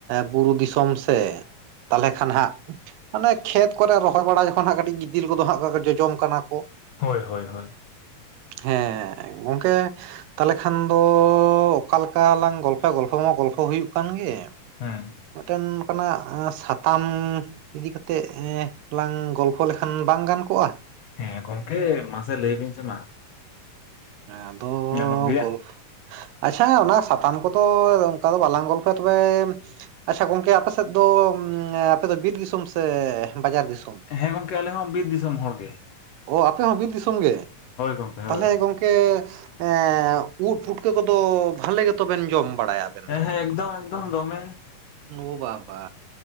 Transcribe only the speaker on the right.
ᱵᱩᱨᱩ ᱫᱤᱥᱚᱢ ᱥᱮ ᱛᱟᱦᱚᱞᱮ ᱠᱷᱟᱱ ᱦᱟᱸᱜ ᱟᱱᱮ ᱠᱷᱮᱛ ᱠᱚᱨᱮ ᱨᱚᱦᱚᱭ ᱵᱟᱲᱟ ᱡᱚᱠᱷᱚᱱ ᱦᱟᱸᱜ ᱠᱟᱹᱴᱤᱡ ᱜᱤᱫᱤᱞ ᱠᱚᱫᱚ ᱦᱟᱸᱜ ᱡᱚᱡᱚᱢ ᱠᱟᱱᱟ ᱠᱚ
ᱦᱮᱸ ᱜᱚᱝᱠᱮ ᱛᱟᱦᱚᱞᱮ ᱠᱷᱟᱱ ᱫᱚ ᱚᱠᱟ ᱞᱮᱠᱟᱞᱟᱟᱝ ᱜᱚᱞᱯᱷᱚᱭ ᱜᱚᱞᱯᱷᱚ ᱢᱟ ᱜᱚᱞᱯᱷᱚ ᱦᱩᱭᱩᱜ ᱠᱟᱱ ᱜᱮ
ᱢᱤᱫᱴᱮᱱ ᱚᱱᱠᱟᱱᱟᱜ ᱥᱟᱛᱟᱢ ᱤᱫᱤ ᱠᱟᱛᱮᱜ ᱞᱟᱝ ᱜᱚᱞᱯᱷᱚ ᱞᱮᱠᱷᱟᱱ ᱵᱟᱝ ᱜᱟᱱ ᱠᱚᱜᱼᱟ
ᱟᱫᱚ
ᱜᱚᱞ ᱟᱪᱪᱷᱟ ᱚᱱᱟ ᱥᱟᱛᱟᱢ ᱠᱚᱫᱚ ᱚᱱᱠᱟ ᱫᱚ ᱵᱟᱞᱟᱝ ᱜᱚᱞᱯᱚᱭᱟ ᱛᱚᱵᱮ ᱟᱪᱪᱷᱟ ᱜᱚᱝᱠᱮ ᱟᱯᱮᱥᱮᱫ ᱫᱚ ᱟᱯᱮ ᱫᱚ ᱵᱤᱨ ᱫᱤᱥᱚᱢ ᱥᱮ ᱵᱟᱡᱟᱨ ᱫᱤᱥᱚᱢ
ᱚ ᱟᱯᱮ ᱦᱚᱸ ᱵᱤᱨ ᱫᱤᱥᱚᱢ ᱜᱮ,
ᱛᱟᱦᱚᱞᱮ
ᱜᱚᱢᱠᱮ ᱮᱸ ᱩᱫ ᱯᱩᱴᱠᱟᱹ ᱠᱚᱫᱚ ᱵᱷᱟᱞᱮ ᱜᱮᱛᱚᱵᱮᱱ ᱡᱚᱢ ᱵᱟᱲᱟᱭᱟ᱾ ᱟᱵᱮᱱ
ᱫᱚ?
ᱳ ᱵᱟᱵᱟ